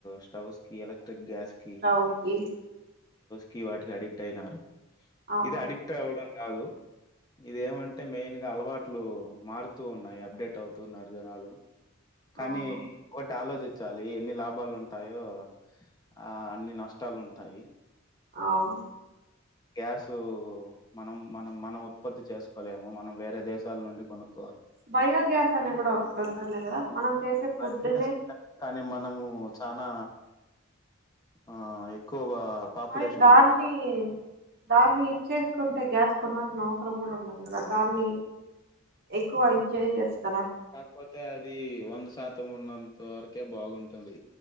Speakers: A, on the left (about 20°); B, on the right (about 50°).
A: stoves electric గ్యాస్కి
B: ఒవేన్ కీ
A: కీ వాటికి అడిక్ట్ అయినారు
B: అవును
A: ఇది అడిక్ట్ అవ్వడం గాదు ఇదేంమంటే మెయిన్ గా అలవాట్లు మారుతూ ఉన్నాయి అప్డేట్ అవుతున్నారు జనాలు కానీ
B: అవును
A: ఇంకోటి ఆలోచించాలి ఎన్ని లాభాలు ఉంటాయో ఆ అన్ని నష్ ష్టాలుంటాయి
B: అవును
A: గ్యాసు మనం మనం మనం ఉత్పత్తి చేసుకోలేము మనం వేరే దేశాల నుండి కొనుక్
B: బయోగ్యాస్ అనేది కూడా ఒకటి ఉంటుంది కదా మనం చేసే
A: <unintelligible>
B: ఫుడ్ ని
A: కానీ మనము చానా ఆ ఎక్కువ ఆ పాపులేషన్
B: మరి దాన్ని
A: ఉన్నపుడు
B: దాన్ని ఇచ్చేసుకుంటే గ్యాస్ కొనాల్సిన అవసరం కూడా ఉండదు కదా దాన్ని ఎక్కువ ఇచ్చేయచ్చు కదా
A: కాక్పోతే అది వంద సాత్ త్తం ఉన్నంత వరకే బాగుంటుంది